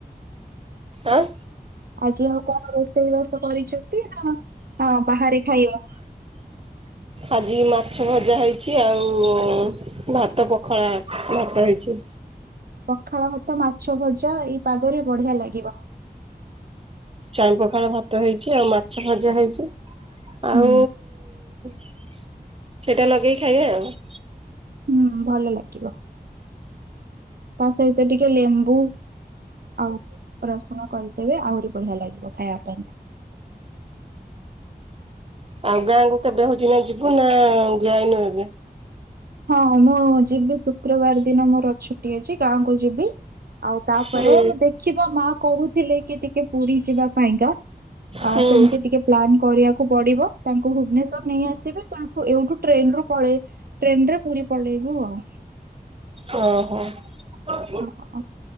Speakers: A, on the right; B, on the right.
A: ଆଁ।
B: ଆଜି ଆଉ କଣ ରୋଷେଇ ବାସ କରିଛନ୍ତି ନା? ହଁ ବାହାରେ ଖାଇବା।
A: ଆଜି ମାଛ ଭଜା ହେଇଛି ଆଉ ଭାତ ପଖଳା ଭାତ ହେଇଛି।
B: ପଖାଳ ଭାତ ମାଛ ଭଜା ଏଇ ପାଗରେ ବଢିଆ ଲାଗିବ।
A: ଚାଇଁପଖାଳ ଭାତ ହେଇଛି ଆଉ ମାଛ ଭଜା ହେଇଛି।
B: ହୁଁ
A: ଆଉ ସେଇଟା ଲଗେଇ ଖାଇବା ଆଉ।
B: ହୁଁ ଭଲ ଲାଗିବ। ତା ସହିତ ଟିକେ ଲେମ୍ବୁ ଆଉ ରସୁଣ କରିଦେବେ ଆହୁରି ବଢିଆ ଲାଗିବ ଖାଇବା ପାଇଁ କା।
A: ଆଉ ଗାଁକୁ କେବେ ହେଉଛି ନା ଯିବୁ ନା ଯାଇନୁ ଏବୁ?
B: ହଁ ମୁଁ ଯିବି ଶୁକ୍ରବାର ଦିନ ମୋର ଛୁଟି ଅଛି ଗାଁକୁ ଯିବି। ଆଉ ତାପରେ
A: ହୁଁ
B: ଆମେ ଦେଖିବା ମା କହୁଥିଲେ କି ଟିକେ ପୁରୀ ଯିବା ପାଇଁକା। ଆ
A: ହୁଁ
B: ସେମିତି ଟିକେ ପ୍ଲାନ୍ କରିବାକୁ ପଡିବ ତାଙ୍କୁ ଭୁବନେଶ୍ର ନେଇ ଆସିବି ସେଠୁ ଏଇଠୁ ଟ୍ରେନ ରୁ ପଳେଇ ଟ୍ରେନ ରେ ପୁରୀ ପଳେଇବୁ ଆଉ।
A: ଓହୋ। <unintelligible>
B: ହଁ